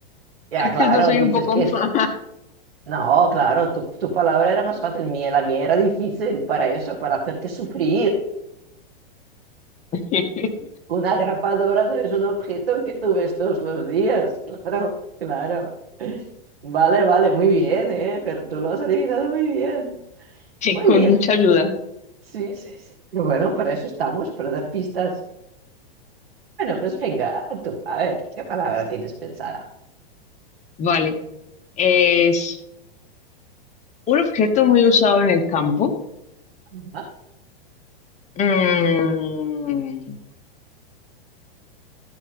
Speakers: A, on the right; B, on the left.
A: Ya,
B: Es
A: claro,
B: que yo soy
A: dices
B: un poco
A: que es...
B: más,
A: No, claro, tu, tu palabra era más fácil. mía- la mía era difícil para eso, para hacerte sufrir.
B: <laughs>
A: Una grapadora no es un objeto que tú ves todos los días. Claro, claro. Vale, vale, muy bien, ¿eh? Pero tú lo has adivinado muy bien. Muy
B: con
A: bien.
B: mucha ayuda.
A: Sí, sí, sí. Y Bueno, para eso estamos, para dar pistas. Bueno, pues venga, a tú, a ver, ¿qué palabra tienes pensada?
B: Vale, es un objeto muy usado en el campo.
A: Ajá.
B: Mm,